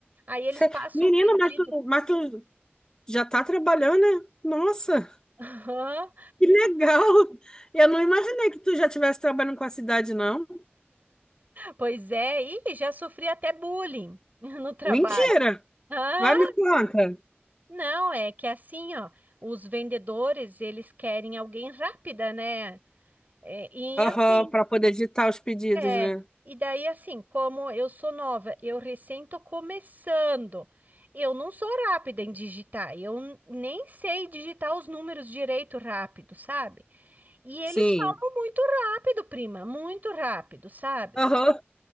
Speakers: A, on the right; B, on the left.
A: Aí eles
B: Cê...
A: passam
B: Menina,
A: um pedido.
B: mas tu, mas tu já tá trabalhando, né? Nossa!
A: Aham,
B: Que legal! Eu não imaginei que tu já estivesse trabalhando com a cidade, não.
A: pois é, e já sofri até bullying <laughs> no trabalho.
B: Mentira!
A: Ah,
B: Vai me conta.
A: não, é que é assim, ó, os vendedores, eles querem alguém rápida, né? É, E
B: Aham,
A: assim,
B: para poder digitar os pedidos,
A: É,
B: né?
A: e daí assim, como eu sou nova, eu recém tô começando. Eu não sou rápida em digitar, eu n- nem sei digitar os números direito rápido, sabe? E eles
B: Sim.
A: falam muito rápido, prima, muito rápido, sabe?
B: Aham.